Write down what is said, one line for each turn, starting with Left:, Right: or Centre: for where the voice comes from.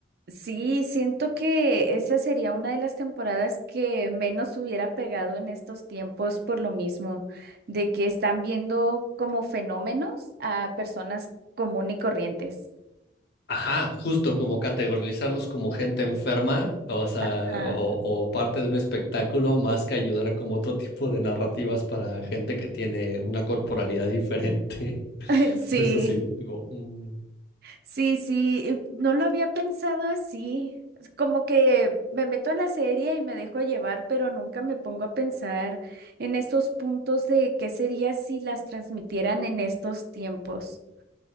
Right: sí, siento que esa sería una de las temporadas que menos hubiera pegado en estos tiempos por lo mismo, de que están viendo como fenómenos a personas común y corrientes.
Left: Ajá, justo como categorizarlos como gente enferma, o sea,
Right: Ah,
Left: o, o parte de un espectáculo, más que ayudar a como otro tipo de narrativas para gente que tiene una corporalidad diferente. <laughs>
Right: <laughs> Sí,
Left: Entonces, eso sí, digo, mm.
Right: sí, sí, eh, no lo había pensado así. Es Como que me meto en la serie y me dejo llevar, pero nunca me pongo a pensar en estos puntos de qué sería si las transmitieran en estos tiempos.